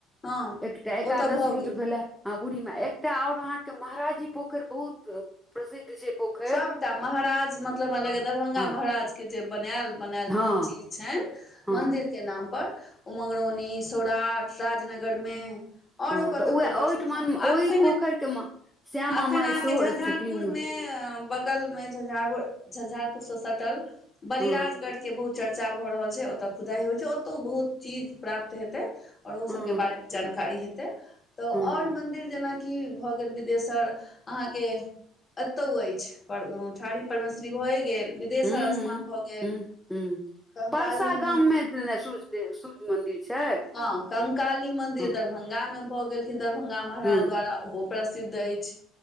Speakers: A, on the left (about 20°); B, in the centre.
A: हँ
B: एकटा एकादश
A: ओ तऽ भऽ
B: रुद्र
A: गेल
B: भेले हँ बूढ़ीमे एकटा आऔर अहाँके महाराजी पोखरि बहुत प्रसिद्धि छै पोख
A: सबटा महराज मतलब हमरा लगैयै दरभंगा
B: हँ
A: महराज के जे बनायल बनायल
B: हँ
A: चीज छनि
B: हँ
A: मन्दिर के नाम पर उ मङगरौनी सौराट राजनगरमे आऔरो
B: हँ
A: कतहु
B: तऽ उएह
A: कतहु
B: ओहिठमन
A: छै एखन
B: ओहि पोखरिके श्यामा
A: एखन
B: माइ
A: अहके
B: सेहो
A: झंझारपुर
B: छथिन
A: मे बगलमे झंझार झंझारपुरसँ सटल बलिराजगढ़के
B: हँ
A: के बहुत चर्चा भऽ रहल छै ओतऽ खुदाइ होइ छै ओतौ बहुत चीज प्राप्त हेतै आओर ओ
B: हँ
A: सबके बारेमे जानकारी हेतै तऽ
B: हँ
A: आओर मन्दिर जेनाकि भऽ गेल बिदेश्वर अहाँके कतौ अछि ठाढ़ी परमेश्वरी भए गेल बिदेश्वर
B: हूं हूं
A: स्थान भऽ गेल
B: हूं हूं
A: कंकाली
B: परसा
A: मन्दिर
B: गाममे सू्य देव सूर्य मदिर छै
A: हँ कंकाली मंदिर
B: हँ
A: दरभंगा में भऽ गेलखिन दरभंगा महाराज
B: हुं
A: द्वारा ओहो प्रसिद्ध अछि